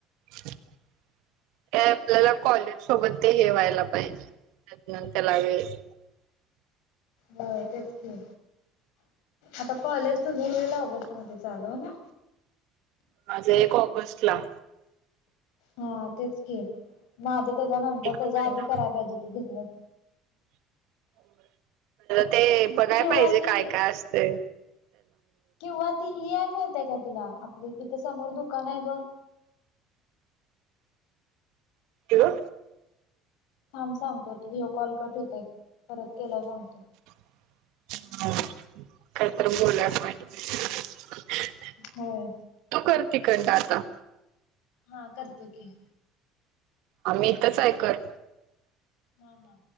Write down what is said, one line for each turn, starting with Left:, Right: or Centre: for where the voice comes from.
Right: ते आपल्याला कॉलेज सोबत ते हे व्हायला पाहिजे. <unintelligible>
Left: हो तेच की. आता कॉलेज तु घ येईल ऑगस्ट मध्ये चालू ना.
Right: माझा एक ऑगस्ट ला.
Left: हा तेच के माझं त्याच्यानंतर
Right: एक महिना
Left: त्याच्या आधी करायला पाहिजे ते बिझनेस
Right: ते बघाय
Left: किंवा
Right: पाहिजे
Left: ती
Right: काय काय असते?
Left: किंवा ती ही आहे माहिती का तुला आपली इथं समोर दुकान आहे बघ.
Right: हॅलो.
Left: थांब सांगतो तुझा कॉल कट होतय परत केल्यावर सांगतो.
Right: <inaudible>
Left: होय.
Right: तू कर तिकडनं आता
Left: हा करतो की.
Right: आ्म्ही इथच आहे कर.
Left: हा ना.